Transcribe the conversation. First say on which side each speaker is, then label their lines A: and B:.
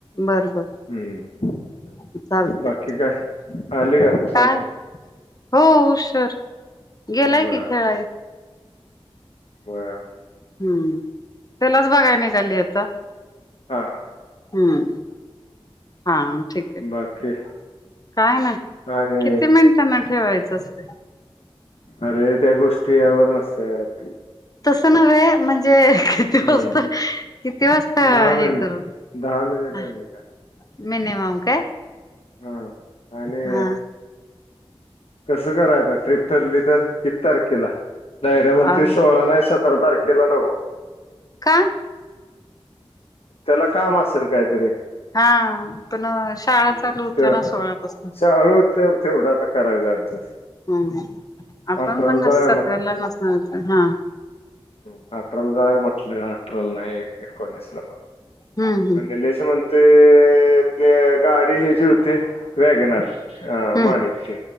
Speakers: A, on the left (about 40°); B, on the left (about 75°).
A: बर बर
B: हुं
A: चालतय
B: बाकी काय आले का बाय
A: काय हो उशर गेलाय
B: बर
A: की खेळायला
B: बर
A: हुं त्यालाच बघाय निघाली आता
B: हा हा
A: हुं हा ठीक हाय
B: बाकी
A: काय नाय
B: आणि
A: किती मिनिटांन ठेवायचं असतंय?
B: अरे त्या गोष्टी यावर नसत्यात.
A: तसं नव्हे म्हणजे किती
B: हम्म
A: वाजता, किती वाजता
B: दहा मिनिट
A: हे करू?
B: दहा मिनिट
A: <unintelligible>
B: आहे का
A: काय?
B: हा आणि
A: हा.
B: कसं कराय आता ट्रीप ठरली तर कीती तारखेला? <unintelligible> म्हणतयं
A: आ,
B: सोळा नाही स तरा तारखेला नगो
A: का?
B: त्याला काम असेल काहीतरी.
A: हा पण शाळा
B: हम्म.
A: चालू होत्या
B: त्या
A: ना सोळापासून
B: शाळू ते तेवढा आता करायचं ऍडजस्ट
A: हम्म, आपण
B: अठराला
A: पण नस
B: जाऊया
A: सतरा ला नसणार हा.
B: हम्म अठराल जाऊया म्हटलं, अठराला नाही एकोणीस ला
A: हम्म हम्म
B: पण गणेश म्हणतयं ते गाडी हेजी हुती वॅगनर. अ
A: हम्म
B: मानिकची,